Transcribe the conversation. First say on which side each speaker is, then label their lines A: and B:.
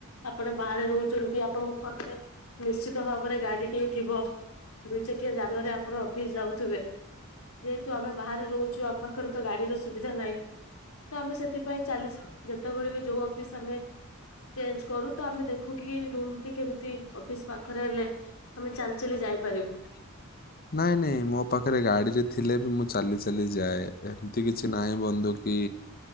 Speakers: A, on the left; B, on the left.
A: ଆପଣ ବାହାରେ ରହୁଛନ୍ତି, ଆପଣଙ୍କ ପାଖରେ ନିଶ୍ଚିତ ଭାବରେ ଗାଡି ଟିଏ ଥିବ? ଦୁଇ ଚକିଆ ଜାନରେ ଆପଣ ଅଫିସ ଯାଉଥିବେ? ଯେହେତୁ ଆମେ ବାହାରେ ରହୁଛୁ, ଆମ ପାଖରେ ତ ଗାଡିର ସୁବିଧା ନାହିଁ ତ ଆମେ ସେଥିପାଇଁ ଚାଲିଛୁ, ଯେତେବେଳେ ବି ଯୋଉ ଅଫିସ ଆମେ ଚେଞ୍ଜ୍ କରୁ ତ, ଆମେ ଦେଖୁ କିି ରୁମ୍ ଟି କେମିତି ଅଫିସ୍ ପାଖରେ ହେଲେ ଆମେ ଚାଲିଚାଲି ଯାଉ ଯାଇପାରିବୁ।
B: ହଁ <inaudible> ନାଇଁ ନାହିଁ, ମୋ ପାଖରେ ଗାଡିରେ ଥିଲେ ବି ମୁଁ ଚାଲି ଚାଲି ଯାଏ, ଏମିତି କିଛି ନାହିଁ ବନ୍ଧୁ କି?